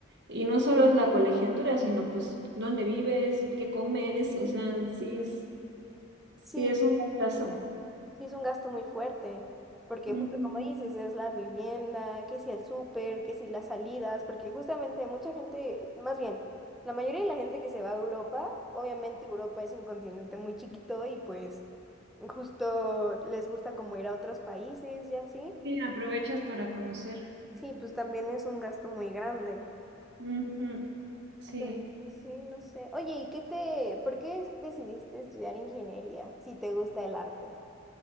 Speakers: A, on the right (about 55°); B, in the centre.
A: Y no solo es la colegiatura, sino pues dónde vives, qué comes, o sea, sí es, sí
B: Sí,
A: es un gastazo.
B: Sí, es un gasto muy fuerte, porque
A: Ujú.
B: justo como dices, es la vivienda, que si el súper, que si las salidas, porque justamente mucha gente, más bien, la mayoría de la gente que se va a Europa, obviamente Europa es un continente muy chiquito y pues justo les gusta como ir a otros países y así.
A: Sí, aprovechas para conocer.
B: Sí, pues también es un gasto muy grande.
A: Ujú. Sí,
B: Pero, pues, Sí, no sé. Oye, ¿y qué te, por qué decidiste estudiar ingeniería si te gusta el arte?